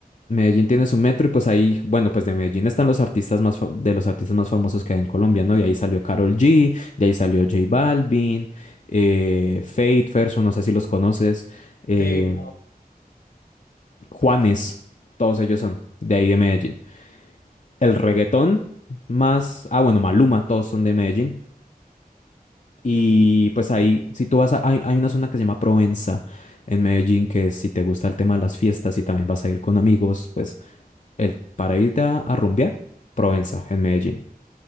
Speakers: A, on the left (about 50°); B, on the left (about 70°).
A: Medellín tiene su metro y pues ahí, bueno, pues de Medellín están los artistas más fa- de los artistas más famosos que hay en Colombia, ¿no? De ahí salió Karol G, de ahí salió J Balvin, eh, Fate, Ferso, no sé si los conoces. eh,
B: Sí,
A: Juanes,
B: Sí, sí.
A: todos ellos son de ahí de Medellín. El reggaetón más, ah bueno, Maluma, todos son de Medellín. Y
B: Ujú.
A: pues ahí, si tú vas a, hay, hay una zona que se llama Provenza en Medellín, que si te gusta el tema de las fiestas y también vas a ir con amigos, pues el, para irte a, a rumbear, Provenza en Medellín.